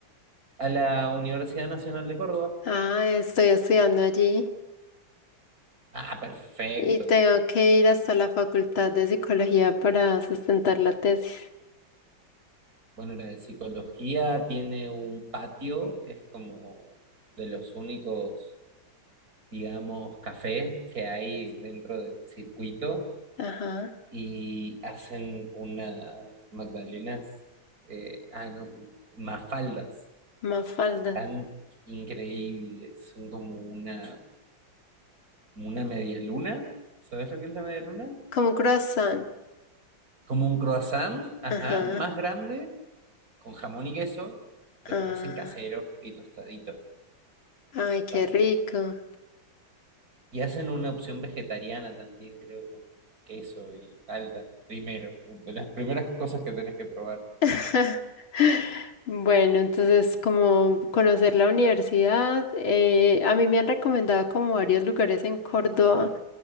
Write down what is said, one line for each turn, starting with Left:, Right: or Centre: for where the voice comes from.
Right: a la Universidad Nacional de Córdoba.
Left: Ah, estoy estudiando allí.
Right: Ah, perfecto.
Left: Y tengo que ir hasta la Facultad de Psicología para sustentar la tesis.
Right: Bueno, la de psicología tiene un patio que es como de los únicos, digamos, cafés que hay dentro del circuito
Left: Ajá,
Right: y hacen unas magdalenas, eh, ah, no, mafaldas,
Left: Mafalda.
Right: tan increíbles, son como una, como una media luna, ¿sabes lo que es la media luna?
Left: Como un croissant.
Right: Como un croissant, ajá,
Left: Ajá.
Right: más grande, con jamón y queso, pero
Left: Ah,
Right: lo hacen casero y tostadito,
Left: ay,
Right: súper
Left: qué rico.
Right: rico. Y hacen una opción vegetariana también, creo, con queso y palta, primero, de las primeras cosas que tenés que probar.
Left: <laughs> Bueno, entonces como conocer la universidad, eh, a mí me han recomendado como varios lugares en Córdoba